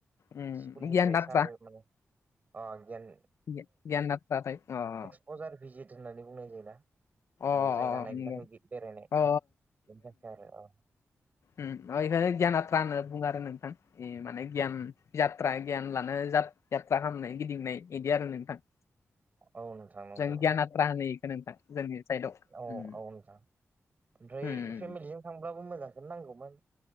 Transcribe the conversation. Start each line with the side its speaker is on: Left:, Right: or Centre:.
Left: उम
Right: स्कुलनिफ्राय
Left: गियान नाथ्रा
Right: सारभे माने अ गियान
Left: <unintelligible>
Right: अजार भिजित होननानै बुंनाय जायोना‌।
Left: अ
Right: माने जायगा
Left: अ
Right: नायनो
Left: नंगौ
Right: थाखाय गि बेरायनाय
Left: अ
Right: बेनि थाखाय आरो अ।
Left: उम ओयहायनो गियान याथ्रा होनना बुङो आरो नोंथां। ए माने गियान जात्रा गियान लानो जात जात्रा खालामनाय गिदिंनाय इदि आरो नोंथां। <inaudible>
Right: औ नोथां नंगौ
Left: जों गियान
Right: औ।
Left: आथ्रा होनो इखो नोंथां जोंनि साइडआव
Right: औ
Left: उम
Right: औ नोथां। ओमफ्राय
Left: उम
Right: फेमिलिजों थांब्लाबो मोजांखौनो नांगौमोन